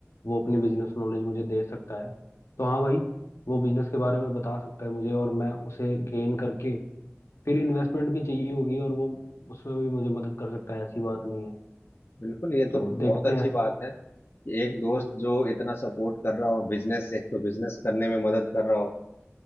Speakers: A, on the left (about 80°); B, on the left (about 55°).
A: वो अपनी बिजनेस नॉलेज मुझे दे सकता है तो हाँ भाई वो बिजनेस के बारे में बता सकता है मुझे और मैं उसे गेन करके फिर इन्वेस्टमेंट भी चाहिए होगी और वो उसमें भी मुझे मदद कर सकता है ऐसी बात नहीं है
B: बिल्कुल ये
A: तो
B: तो
A: देखते
B: बहुत अच्छी
A: हैं
B: बात है कि एक दोस्त जो इतना सपोर्ट कर रहा हो बिजनेस एक तो बिजनेस करने में मदद कर रहा हो